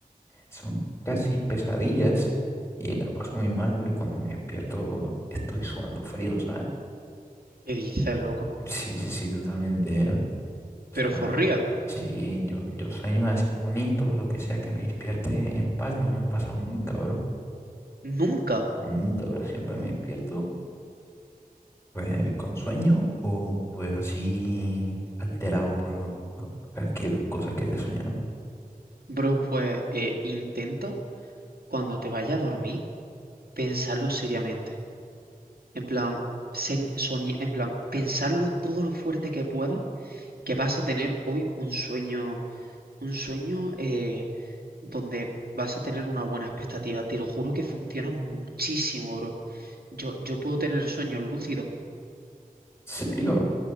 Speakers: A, on the left; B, on the right.
A: son casi pesadillas y la paso muy mal, pero cuando me despierto estoy sudando frío, ¿sabes?
B: ¿Qué dices, loco?
A: Sí, sí, sí, totalmente. ¿eh? O
B: Pero
A: sea,
B: for real,
A: sí, yo, yo sueños así bonitos, lo que sea, que me despierte en paz, no me ha pasado nunca, bro.
B: nunca.
A: Nunca, bro, siempre me despierto. Pues con sueño o pues así alterado por lo- por cualquier cosa que haya soñado.
B: Bro, pues eh, intenta cuando te vayas a dormir pensarlo seriamente. En plan, sen- soñe- en plan, pensarlo todo lo fuerte que puedas, que vas a tener hoy un sueño, un sueño eh, donde vas a tener una buena expectativa. Te lo juro que funciona muchísimo, bro. Yo, yo puedo tener sueños lúcidos.
A: ¿Serio?